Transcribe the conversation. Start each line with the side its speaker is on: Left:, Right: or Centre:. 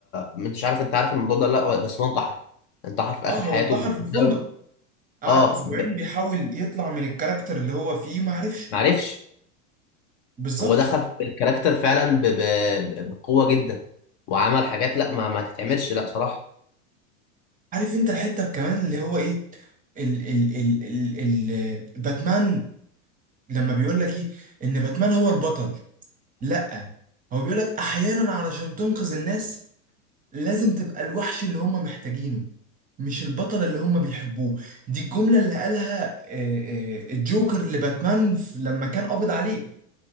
Left: مش عارف انت عارف الموضوع ده ولا لا بس هو انتحر انتحر في
Right: اه
Left: اخر
Right: هو
Left: حياته
Right: انتحر في
Left: بسبب
Right: الفندق قعد
Left: اه
Right: اسبوعين
Left: ب...
Right: بيحاول يطلع من الكاركتر اللي هو فيه ما عرفش
Left: معرفش
Right: بالظبط
Left: هو دخل في الكاركتر فعلا ب... ب... ب- بقوه جدا وعمل حاجات لا ما, ما تتعملش لا صراحه
Right: عارف انت الحته كمان اللي هو ايه ال ال ال ال ال باتمان لما بيقول لك ايه ان باتمان هو البطل لا هو بيقول لك احيانا علشان تنقذ الناس لازم تبقى الوحش اللي هم محتاجينه مش البطل اللي هم بيحبوه دي الجملة اللي قالها آه، آه، الجوكر لباتمان في- لما كان قابض عليه